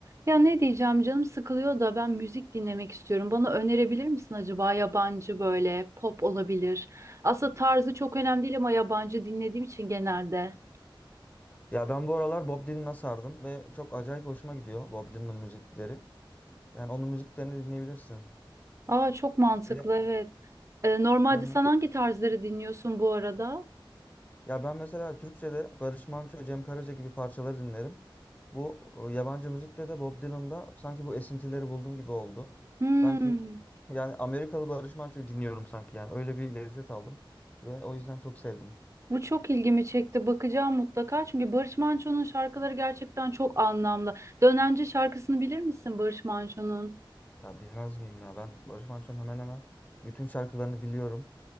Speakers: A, on the right; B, on the left.
A: Ya ne diyeceğim canım sıkılıyor da ben müzik dinlemek istiyorum. Bana önerebilir misin acaba yabancı böyle pop olabilir. Aslında tarzı çok önemli değil ama yabancı dinlediğim için genelde.
B: Ya ben bu aralar Bob Dylan'a sardım ve çok acayip hoşuma gidiyor Bob Dylan'ın müzikleri. Yani onun müziklerini dinleyebilirsin.
A: Aa çok mantıklı
B: Böyle
A: evet. Ee, normalde
B: Hı hı.
A: sen hangi tarzları dinliyorsun bu arada?
B: Ya ben mesela Türkçe'de Barış Manço, Cem Karaca gibi parçaları dinlerim. Bu e, yabancı müzikte de Bob Dylan'da sanki bu esintileri buldum gibi oldu.
A: Hmm,
B: Sanki yani Amerikalı Barış Manço'yu dinliyorum sanki yani öyle bir lezzet aldım ve o yüzden çok sevdim.
A: bu çok ilgimi çekti. Bakacağım mutlaka. Çünkü Barış Manço'nun şarkıları gerçekten çok anlamlı. Dönence şarkısını bilir misin Barış Manço'nun?
B: Ya bilmez miyim ya ben Barış Manço'nun hemen hemen bütün şarkılarını biliyorum.